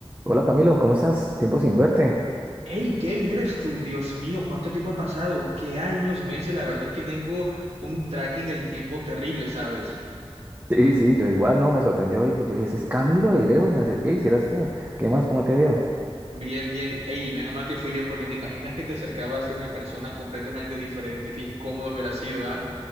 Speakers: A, on the right (about 20°); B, on the right (about 85°).
A: Hola Camilo, ¿cómo estás? Tiempo sin verte.
B: Hey, Kevin, eres tú, Dios mío, cuánto tiempo ha pasado, qué años, meses, la verdad es que tengo un tracking del tiempo terrible, ¿sabes?
A: Sí, sí, yo igual, no, me sorprendió. y yo dije, ese es Camilo de lejos, me acerqué, hicieras tú. ¿Qué más? ¿Cómo te ha ido?
B: Bien, bien, hey, menos mal que fui yo, porque te imaginas que te acercabas a ser una persona completamente diferente, qué incómodo hubiera sido, ¿ah?